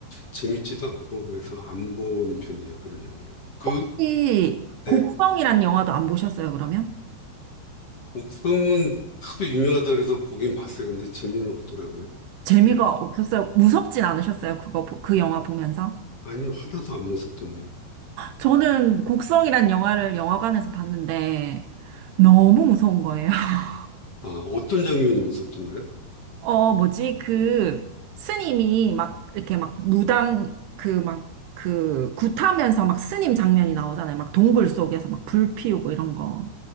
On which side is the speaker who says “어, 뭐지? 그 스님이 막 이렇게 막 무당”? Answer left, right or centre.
Right